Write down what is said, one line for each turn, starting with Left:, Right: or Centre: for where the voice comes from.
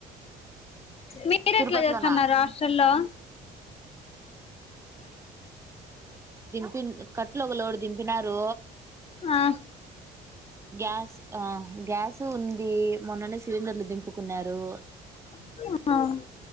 Left: మీరు
Right: తిరుపతిలోనా
Left: ఎట్లా చేస్తున్నారు హస్ట్రల్లో
Right: పి కట్లు ఒక లోడు దింపినారు
Left: ఆ
Right: గ్యాస్ ఆ గ్యాస్ ఉంది మొన్ననే సిలిండర్లు దింపుకున్నారు
Left: ఆ ఆ